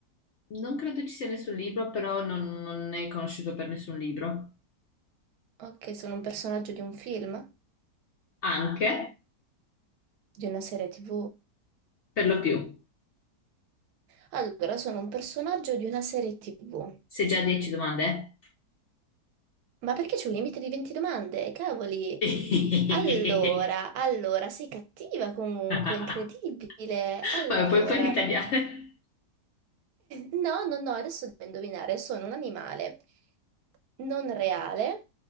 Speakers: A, on the left (about 60°); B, on the right (about 70°).
A: Non credo ci sia nessun libro, però non, non è conosciuto per nessun libro.
B: Ok, sono un personaggio di un film?
A: Anche,
B: Di una serie TV?
A: per lo più.
B: Allora, sono un personaggio di una serie TV.
A: Sei già a 10 domande?
B: Ma perché c'è un limite di 20 domande? Cavoli!
A: eh?
B: Allora, allora, sei cattiva comunque,
A: <laughs>
B: incredibile. Allora.
A: Vabbè, poi puoi ritagliare.
B: No, no, no, adesso devo indovinare, sono un animale non reale,